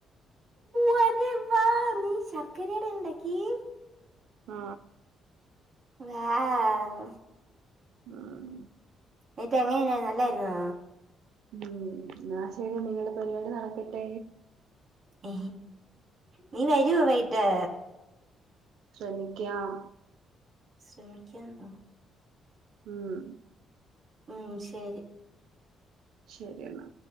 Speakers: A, on the right; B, on the right.
A: വെരി വാ നീ ശർക്കര ആയിട്ടാണ് ഉണ്ടാക്കിയെ
B: ആ
A: വാവു
B: മം
A: ഇങ്ങട്ട് എങ്ങനെ ഉണ്ടായിരുന്നു നല്ലതായിരുന്നു
B: മം എന്നാ ശരി ഇങ്ങളേ പരിപാടി നടക്കട്ടെ
A: എ നീ വരുമോ വൈകിട്ട്
B: ഫ്രണ്ട് ക്യം
A: ശ്രമിക്കാന്നോ
B: ഉം
A: ഹമ് ശെരി
B: ശരി അണ്ണാ